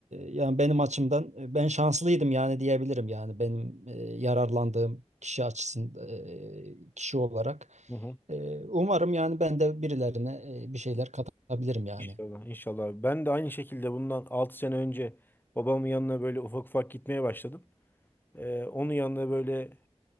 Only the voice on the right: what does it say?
yani benim açımdan e, ben şanslıydım yani diyebilirim yani benim e, yararlandığım kişi açısından e, kişi olarak.
Ee, umarım yani ben de birilerine e, bir şeyler katabilirim yani.